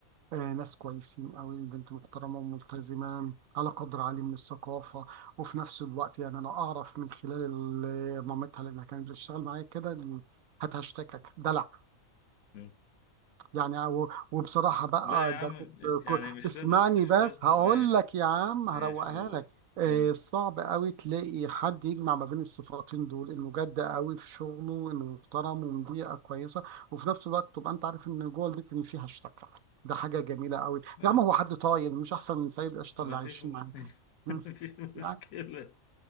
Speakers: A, on the right; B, on the left.
A: آه، ناس كويسين قوي البنت محترمه وملتزمه على قدر عالي من الثقافه وفي نفس الوقت يعني انا اعرف من خلال ال- مامتها لانها كانت بتشتغل معايا كده ال- هات هشتكك دلع
B: مم.
A: يعني و- وبصراحة بقى
B: لا يا عم
A: ده كنت
B: يعني
A: كنت-
B: مش
A: اسمعني
B: لازم مش
A: بس
B: لازم
A: هقول
B: ماشي
A: لك يا عم
B: ماشي
A: هروقها
B: قول
A: لك آه،
B: مم.
A: صعب قوي تلاقي حد يجمع ما بين الصفاتين دول انه جد قوي في شغله وانه محترم ومن بيئة كويسة وفي نفس الوقت تبقى انت عارف ان جوه البيت ان فيها اشتكى ده حاجة جميلة قوي
B: لا.
A: يا عم هو حد طايل مش احسن من سيد قشطة
B: ما
A: اللي عايشين
B: فيش مشكلة
A: معاه
B: <laughs>
A: مم.
B: ما فيش مشكلة
A: يعني